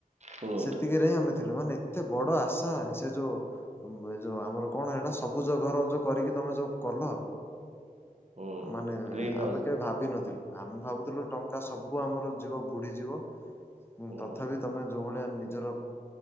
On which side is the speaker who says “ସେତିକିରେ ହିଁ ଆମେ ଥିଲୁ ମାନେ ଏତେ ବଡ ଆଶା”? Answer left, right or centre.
Left